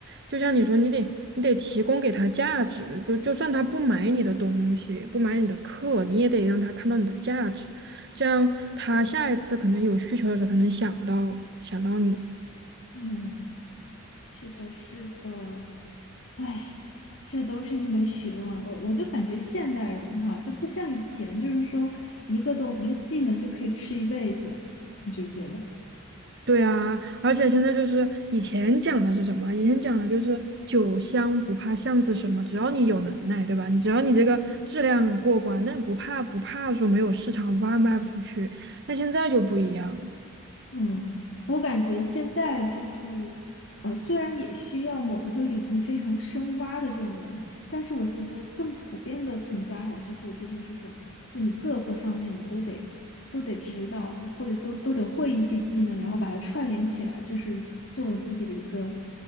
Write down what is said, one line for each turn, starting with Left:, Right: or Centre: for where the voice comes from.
Right: 就像你说，你得你得提供给他价值，就就算他不买你的东西，不买你的课，你也得让他看到你的价值，这样他下一次可能有需求的时候，他能想到想到你。
Left: 嗯，是的，是的，哎，这都是一门学问啊，我我就感觉现代人哈、就不像以前，就是说一个东一个技能就可以吃一辈子，你觉不觉得？
Right: 对啊，而且现在就是以前讲的是什么？以前讲的就是酒香不怕巷子深嘛，只要你有能耐，对吧？你只要你这个质量过关，那不怕不怕说没有市场，不怕卖不出去。但现在就不一样了。
Left: 嗯，我感觉现在就是，呃，虽然也需要某一个领域非常深挖的这种人，但是我觉得更普遍的存在还是说，就是这种，就你各个方面你都得都得知道，或者都都得会一些技能，然后把它串联起来，就是作为自己的一个，